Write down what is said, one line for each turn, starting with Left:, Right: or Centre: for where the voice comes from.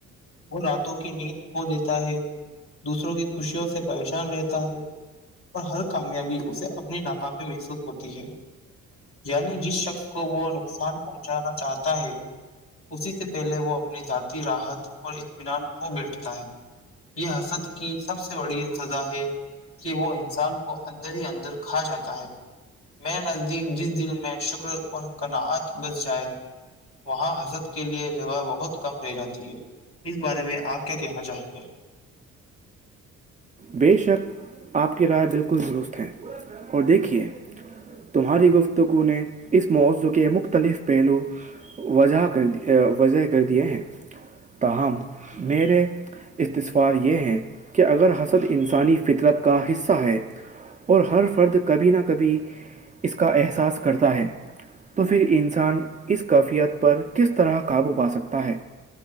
Left: وہ راتوں کی نیند کھ دیتا ہے دوسروں کی خوشیوں سے پریشان رہتا ہے اور ہر کامیابی اسے اپنی ناکامی محسوس ہوتی ہے یعنی جس شخص کو وہ ن ان پہنچانا چاہتا ہے اسی سے پہلے وہ اپنی ذاتی راحت اور اطمینان کھو بیٹھتا ہے یہ حسد کی سب سے بڑی سزا ہے کہ وہ انسان کو اندر ہی اندر کھا جاتا ہے میر نزدیک جس دل میں شکر اور کناعت بس جائے وہاں حضرت کے لیے جگہ بہت کم رہ جاتی ہے اس بارے میں آپ کیا کہنا چاہیں گے
Right: بے شک آپ کی رائے بالکل درست ہے اور دیکھیے تمہاری گفتگو نے اس موضوع کے مختلف پہلو وجہ کر دی وضح کر دیے ہیں تاہم میرے استثوار یہ ہیں کہ اگر ہنس انسانی فطرت کا حصہ ہے اور ہر فرد کبھی نہ کبھی اس کا کا احساس کرتا ہے تو پھر انسان اس کیفیت پر کس طرح قابو پا سکتا ہے